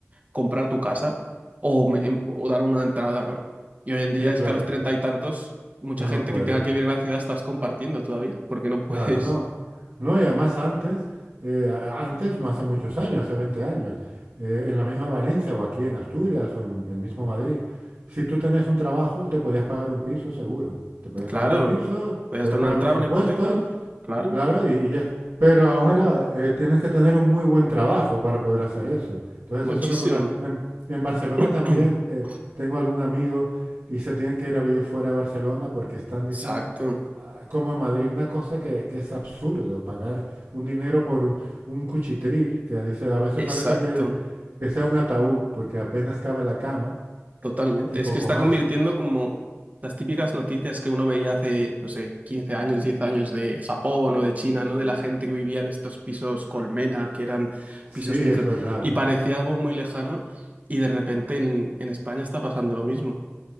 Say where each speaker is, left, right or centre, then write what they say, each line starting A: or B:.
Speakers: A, on the right; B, on the right.
A: comprar tu casa o, me- em- o dar una entrada, ¿no? Y hoy en día
B: Sí,
A: es
B: claro.
A: que a los treinta y tantos, mucha
B: No no
A: gente
B: puedes.
A: que tenga que vivir en la ciudad estás compartiendo todavía, porque no puedes.
B: Claro, no. No, y además antes, eh, a- antes no hace muchos años, hace 20 años, eh, en la misma Valencia o aquí en Asturias o en el mismo Madrid, si tú tenías un trabajo, te podías pagar un piso seguro. Te podías
A: Claro,
B: pagar un piso,
A: pues
B: podías
A: esto
B: pagar
A: no entraba
B: los
A: en
B: impuestos
A: una hipoteca, claro,
B: Claro, y, y ya. est- Pero ahora eh, tienes que tener un muy buen trabajo para poder hacer eso. Entonces
A: muchísimo.
B: es una puta. En, en Barcelona
A: <clears throat>
B: también eh, tengo algún amigo y se tienen que ir a vivir fuera de Barcelona porque están, dicen,
A: Exacto,
B: eh, ah, como en Madrid, una cosa que, que es absurdo, pagar un dinero por un, un cuchitril, que dice, a veces
A: exacto,
B: parece que, que sea un ataúd porque apenas cabe la cama
A: totalmente.
B: y poco
A: Es que se está
B: más.
A: convirtiendo como las típicas noticias que uno veía hace, no sé, 15 años, 10 años de Japón o de China, ¿no? De la gente que vivía en estos pisos colmena, que eran
B: Sí,
A: pisos micro,
B: es verdad.
A: y parecía algo muy lejano, y de repente en, en España está pasando lo mismo.